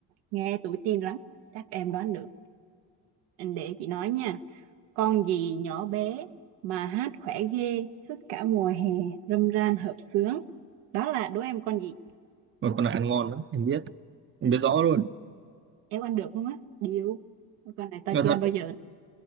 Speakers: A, on the right; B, on the right.
A: nghe tuổi teen lắm, chắc em đoán được. Em Để chị nói nha, con gì nhỏ bé mà hát khỏe ghê, suốt cả mùa hè, râm ran hợp xướng. Đó là đố em con gì?
B: mà con này ăn ngon lắm, em biết, em biết rõ luôn.
A: éo ăn được luôn á điêu con này tao
B: Nhưng mà
A: chưa ăn bao
B: thật,
A: giờ